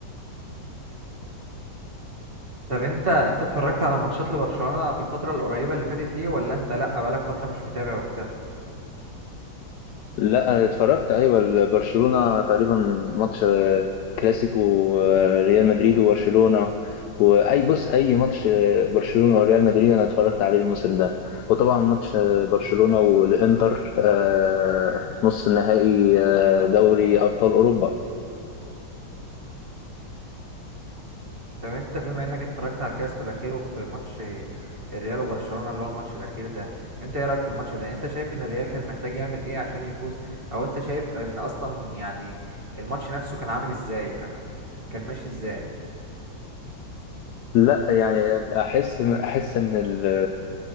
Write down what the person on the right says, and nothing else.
طب انت انت اتفرجت على ماتشات لبرشلونة في الفترة القريبة اللي فاتت دي ولا انت لا بقالك فترة مش متابع وكده
طب انت بما انك اتفرجت على الكلاسيكو الاخير وفي ماتش آه، الريال وبرشلونة اللي هو الماتش الاخير ده انت ايه رأيك في الماتش ده انت شايف ان الريال كان محتاج يعمل ايه عشان يفوز او انت شايف ان اصلا يعني الماتش نفسه كان عامل ازاي كان كان ماشي ازاي